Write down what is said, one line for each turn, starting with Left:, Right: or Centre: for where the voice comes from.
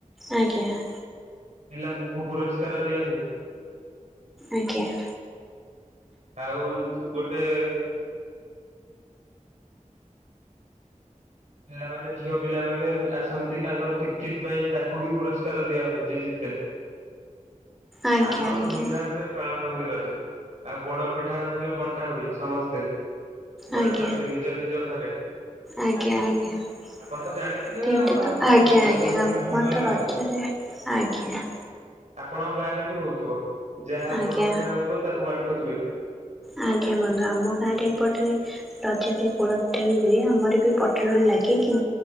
Centre: ଆଜ୍ଞା।
Right: ପିଲା କୁ ପୁ ପୁରସ୍କାର ଦିଅନ୍ତି।
Centre: ଆଜ୍ଞା‌।
Right: ଆଉ ଗୋଟେ ପିଲାମାନେ ଝିଅ ପିଲାମାନେ ବେ ଆସନ୍ତି ତାଙ୍କର କିତ୍ କିତ୍ ପାଇଁ ତାଙ୍କୁ ବି ପୁରସ୍କାର ଦିଆ ହୁଏ ଯିଏ ଜିତେ।
Centre: ଆଜ୍ଞା
Right: ଆମର
Centre: ଆଜ୍ଞା
Right: ଧୁମ୍ ଧାମ୍ ରେ ପାଳନ ହୁଏ। ରଜ ଆଉ ପୋଡ଼ ପିଠା ହୁଏ ବଣ୍ଟା ହୁଏ ସମସ୍ତେ ବାଣ୍ଟନ୍ତି
Centre: ଆଜ୍ଞା
Right: ନିଜ ନିଜ ଘରେ।
Centre: ଆଜ୍ଞା ଆଜ୍ଞା
Right: ଆପଣ
Centre: ସେଇଟା
Right: ତ ଜାଣିଥିବେ ଆଉ ଆଉ
Centre: ତ
Right: କଣ
Centre: ଆଜ୍ଞା
Right: କହିବି ଆପଣ
Centre: ଆଜ୍ଞା
Right: ତ ପାଠ
Centre: ଆମର
Right: ପଢୁଆ
Centre: ତ
Right: ଲୋକ।
Centre: ରଜରେ ଆଜ୍ଞା।
Right: ଆପଣଙ୍କ ଗାଁ ରେ ବି ହଉଥିବ। ଯାହା
Centre: ଆଜ୍ଞା
Right: ପୋଡ଼ ପିଠା ହଉଥିବ ତାକୁ ବାଣ୍ଟ୍ <unintelligible>
Centre: ଆଜ୍ଞା ବନ୍ଧୁ ଆମ ଗାଁରେ ଏପଟ ରେ ରଜରେ ପୋଡ଼ପିଠା ବି ହୁଏ ଆମର ବି ପଟାଦୋଲି ଲାଗେ କି